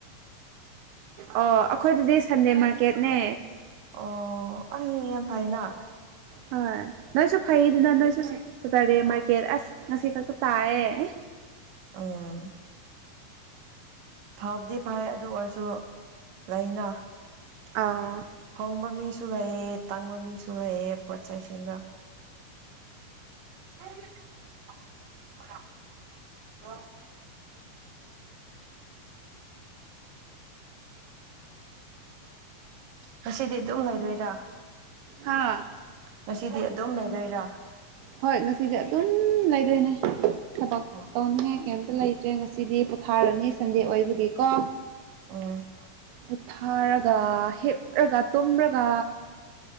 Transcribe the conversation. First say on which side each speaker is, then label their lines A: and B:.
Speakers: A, on the right (about 85°); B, on the right (about 65°).
A: ꯑꯣ ꯑꯩꯈꯣꯏꯗꯗꯤ ꯁꯟꯗꯦ ꯃꯥꯔꯀꯦꯠꯅꯦ
B: ꯑꯣ ꯑ ꯌꯥꯝ ꯐꯥꯏꯅ
A: ꯍ‌ꯣꯏ ꯅꯣꯏꯁꯨ ꯐꯩꯗꯅ ꯅꯣꯏꯁꯨ ꯁ‌ꯦ ꯁꯦꯇꯔꯗꯦ ꯃꯥꯔꯀꯦꯠ ꯑꯁ ꯉꯁꯤ ꯈꯛꯇ ꯇꯥꯏꯌꯦ
B: ꯑꯥ ꯐꯕꯗꯤ ꯐꯩ ꯑꯗꯨ ꯑꯣꯏꯔꯁꯨ ꯂꯩꯅ
A: ꯑꯥ
B: ꯍꯣꯡꯕ ꯃꯤꯁꯨ ꯂꯩ‌ꯌ‌ꯦ ꯇꯥꯡꯕ ꯃꯤꯁꯨ ꯂꯩꯌ‌ꯦ ꯄꯣꯠ ꯆꯩꯁꯤꯡꯗꯣ <unintelligible> ꯉꯁꯤꯗꯤ ꯗꯨꯝ ꯂꯩꯗꯣꯏꯔꯥ
A: ꯍꯥꯥ
B: ꯉꯁꯤꯗꯤ ꯑꯗꯨꯝ ꯂꯩꯗꯣꯏꯔꯥ
A: ꯍꯣꯏ ꯉꯁꯤꯗꯤ ꯑꯗꯨꯝ ꯂꯩꯗꯣꯏꯅꯦ ꯊꯕꯛ
B: ꯑ
A: ꯇꯧꯅꯤꯡꯉꯥꯏ ꯀꯩꯝꯇ ꯂꯩꯇ꯭ꯔꯦ ꯉꯁꯤꯗꯤ ꯄꯣꯊꯥꯔꯅꯤ ꯁꯟꯗꯦ ꯑꯣꯏꯕꯒꯤꯀꯣ
B: ꯑꯝ
A: ꯄꯣꯊꯥꯔꯒ ꯍꯤꯞꯂꯒ ꯇꯨꯝꯔꯒ